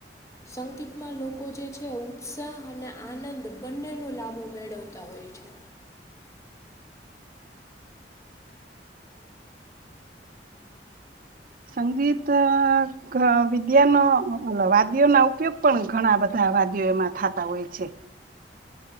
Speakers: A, on the left; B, on the right.
A: સંગીતમાં લોકો જે છે ઉત્સાહ અને આનંદ બંનેનો લાભો મેળવતા હોય છે
B: સંગીત ક વિદ્યાનો વાદ્યો ના ઉપયોગ પણ ઘણા બધા વાદીઓમાં થાતા હોય છે